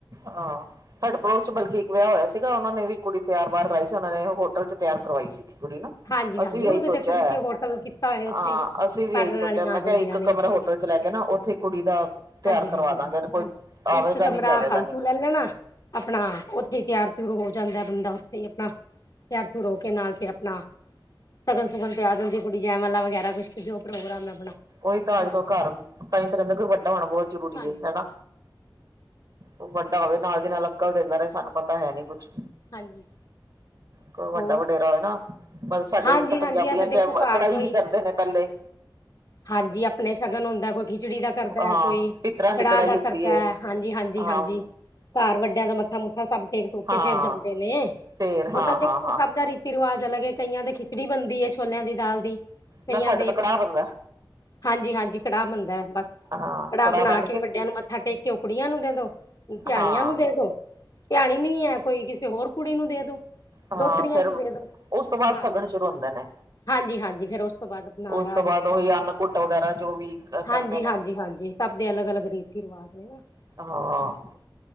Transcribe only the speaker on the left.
ਹਾਂਜੀ
ਹਾਂਜੀ,
ਹਾਂਜੀ
ਓ
ਤੇ ਦੇਖੋ ਜਿੱਥੇ
ਹੋਟਲ ਕੀਤਾ ਹੋਏ ਓੱਥੇ
ਈ
ਪਾਰਲਰ
ਆਲੀਆਂ
ਆ ਜਾਂਦੀਆਂ
ਨੇ ਓੱਥੇ
ਹਾਂਜੀ-ਹਾਂਜੀ,
ਹਾਂਜੀ,
ਹਾਂਜੀ
ਇੱਕ ਕਮਰਾ
ਫਾਲਤੂ
ਲੈਲ ਲੈਣਾ ਆਪਣਾ ਓਥੇ ਈ ਤੇਯਾਰ ਤਯੁਰ ਹੋ ਜਾਂਦੈ ਬੰਦਾ, ਓਥੇ ਈ ਆਪਨਾ ਤੇਯਾਰ ਤਯੁਰ ਹੋ ਕੇ ਨਾਲ ਫੇਰ ਆਪਨਾ ਸਗਨ-ਸੁਗਨ ਤੇ ਆ ਜਾਂਦੀ ਕੁੜੀ, ਜੈਮਾਲਾ ਵਗੈਰਾ ਕੁਛ ਜੋ ਪ੍ਰੋਗਰਾਮ ਹੈ ਆਪਣਾ
ਉਹਦੇ
ਤੇ
ਕਰ
ਹਾਂਜੀ
ਹਾਂਜੀ।
ਹੋਰ
ਹਾਂਜੀ
ਹਾਂਜੀ
ਇਹ ਤਾਂ ਦੇਖੋ
ਘਰ
ਕੋਈ
ਹਾਂਜੀ, ਆਪਨੇ ਸ਼ਗਨ ਹੁੰਦੈ, ਕੋਈ ਖਿਚੜੀ ਦਾ ਕਰਦੈ,
ਕੋਈ
ਕੜਾ
ਦਾ
ਕਰਦੈ,
ਹਾਂਜੀ, ਹਾਂਜੀ-ਹਾਂਜੀ
ਘਾਰ ਵੱਡਿਆਂ ਦਾ ਮੱਥਾ ਮੁੱਥਾ ਸਬ ਟੇਕ-ਟੁਕ
ਕੇ ਫੇਰ <unintelligible> ਨੇ
ਓ ਤਾ ਦੇਖੋ
ਸਬ ਦਾ ਰੀ ਰਿਵਾਜ਼ ਅਲਗ ਨੇ, ਕਈਆਂ ਦੇ ਖਿਚੜੀ ਬਨਦੀ ਛੋਲਯਾਂ ਦੀ ਦਾਲ ਦੀ, ਕਈਆਂ
ਦੇ
ਹਾਂਜੀ, ਹਾਂਜੀ ਕੜਾ ਬਨਦੈ, ਬਾੱਸ।
ਕੜਾ
ਬਨਾ
ਕੇ ਵੱਡਯਾਂ ਨੂੰ ਮੱਥਾ ਟੇਕ ਕੇ ਓ ਕੁੜੀਆਂ ਨੂੰ ਦੇ ਦੋ, ਧਿਆਣੀਆਂ
ਨੂੰ ਦੇ ਦੋ। ਧਿਆਣੀ ਨੀ ਐ ਕੋਈ, ਕਿਸੇ ਹੋਰ ਕੁੜੀ ਨੂੰ ਦੇ ਦੋ।
ਦੋਤਰੀਆਂ
ਨੂੰ ਦੇ ਦੋ
ਹਾਂਜੀ
ਹਾਂਜੀ, ਹਾਂਜੀ ਫੇਰ ਓਸ ਤੋ ਬਾਦ ਅਪਨਾ
ਰਾ
ਰੀਤ
ਕਰਕੇ,
ਹਾਂਜੀ,
ਹਾਂਜੀ-ਹਾਂਜੀ। ਸਭ ਦੇ ਅਲੱਗ-ਅਲੱਗ ਰੀਤੀ ਰਿਵਾਜ਼ ਨੇ ਨਾ
ਫਿਰ ਤਾਂ ਕਰਕੇ।